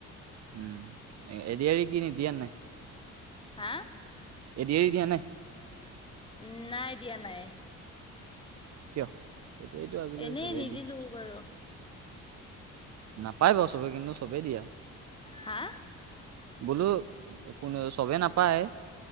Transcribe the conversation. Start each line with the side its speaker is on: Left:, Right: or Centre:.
Right: উম এ দি আৰ ই কি দিয়া নাই
Left: হা
Right: এ দি আৰ ই দিয়া নাই
Left: উম নাই দিয়া নাই
Right: কিয় এইটো এইটো আজিকালি
Left: এনেই
Right: চবেই
Left: নিদিলো
Right: দিয়ে
Left: বাৰু,
Right: নাপায় বাৰু চবে কিন্তু চবেই দিয়ে
Left: হা
Right: বোলো চবে নাপায়